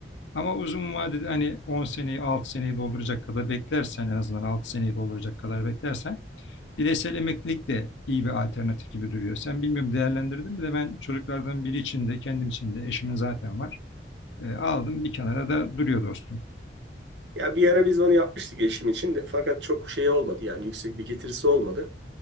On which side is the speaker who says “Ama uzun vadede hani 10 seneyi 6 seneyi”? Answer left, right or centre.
Left